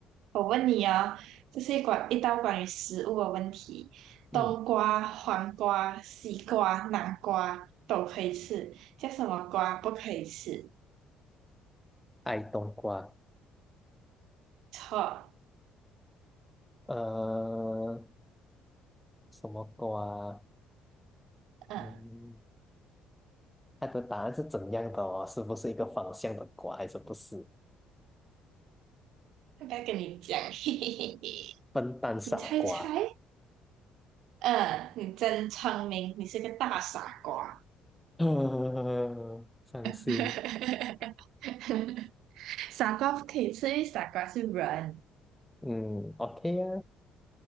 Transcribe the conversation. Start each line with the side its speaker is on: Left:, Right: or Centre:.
Right: 我问你哦，这是一关一道关于食物的问题，
Centre: 嗯，
Right: 冬瓜、黄瓜、西瓜、南瓜都可以吃，叫什么瓜不可以吃？
Centre: 爱冬瓜，
Right: 错，
Centre: 呃，什么瓜啊？
Right: 嗯，
Centre: 嗯，它的答案是怎样的哦？是不是一个方向的瓜，还是不是？
Right: 要不要跟你讲？<laughs> 嘿嘿嘿嘿，
Centre: 笨蛋傻瓜，
Right: 你猜猜，嗯，你真聪明，你是个大傻瓜。
Centre: <laughs> 呃，伤心。
Right: <laughs> 傻瓜不可以吃，因为傻瓜是人。
Centre: 嗯，OK 啊，